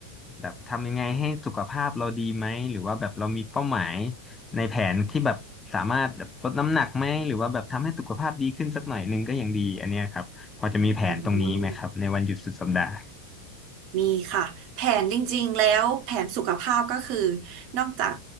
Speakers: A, on the left; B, on the right.
A: แบบทำยังไงให้สุขภาพเราดีไหมหรือว่าแบบเรามีเป้าหมายในแผนที่แบบสามารถแบบลดน้ำหนักไหมหรือว่าแบบทำให้สุขภาพดีขึ้นสักหน่อยหนึงก็ยังดีอันเนี้ยครับ พอจะมีแผนตรงนี้ไหมครับในวันหยุดสุดสัปดาห์
B: อืม มีค่ะแผนจริงๆแล้วแผนสุขภาพก็คือนอกจาก